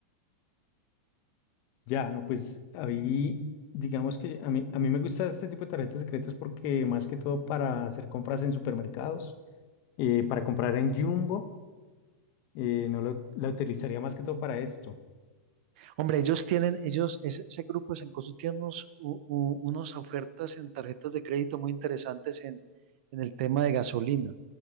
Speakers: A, on the left; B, on the right.
A: Ya, no, pues ahí, digamos que a mí, a mí me gusta este tipo de tarjetas secretas porque más que todo para hacer compras en supermercados, eh, para comprar en Jumbo, eh, no lo- la utilizaría más que todo para esto.
B: Hombre, ellos tienen, ellos, ese, ese grupo de Sencosu tiene unos, u- u- unas ofertas en tarjetas de crédito muy interesantes en, en el tema de gasolina.